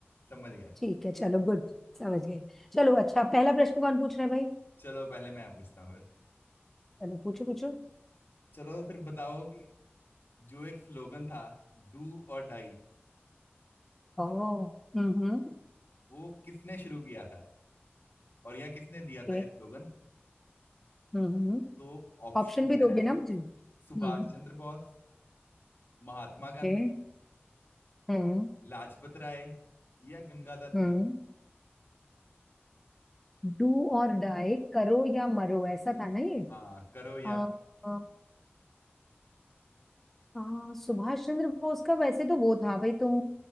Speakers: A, on the left; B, in the centre.
A: समझ गया
B: ठीक है चलो गुड समझ गए चलो अच्छा पहला प्रश्न कौन पूछ रहा है भाई
A: चलो पहले मैं पूछता हूँ फिर
B: चलो पूछो पूछो
A: चलो फिर बताओ कि जो एक स्लोगन था डू और डाई
B: ओह हम्म हम्म
A: वो किसने शुरू किया था और यह किसने दिया
B: ओके
A: था ये स्लोगन
B: हम्म
A: तो ऑप्शन
B: ऑप्शन भी दोगे
A: है
B: ना मुझे हम्म
A: सुभाष हम्म, चंद्र बोस महात्मा
B: ओके
A: गांधी
B: हम्म
A: लाजपत राय या गंगाधर
B: हम्म
A: तिलक
B: डू और डाई करो या मरो ऐसा था ना ये
A: हाँ करो या
B: आ, आ, आ, सुभाष चंद्र बोस का वैसे तो वो था भाई तुम